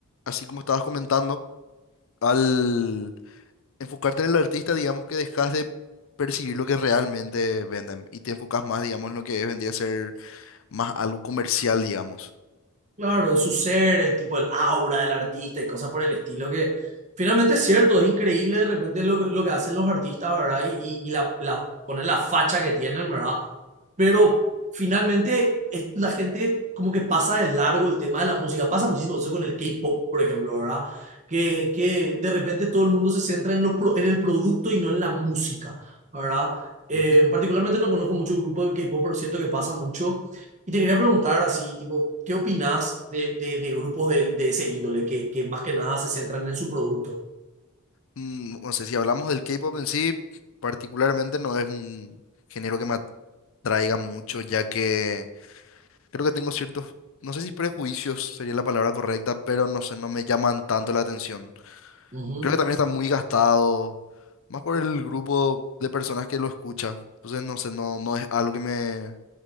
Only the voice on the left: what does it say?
así como estabas comentando, al enfocarte en el artista, digamos que dejas de perseguir lo que realmente venden y te enfocas más, digamos, en lo que vendría a ser más algo comercial, digamos.
Ujú.
Mm, No sé, si hablamos del K-pop en sí, particularmente no es un género que me atraiga mucho, ya que Creo que tengo ciertos, no sé si prejuicios sería la palabra correcta, pero no sé, no me llaman tanto la atención.
Creo que también está muy gastado, más por el grupo de personas que lo escucha. Entonces, no sé, no, no es algo que me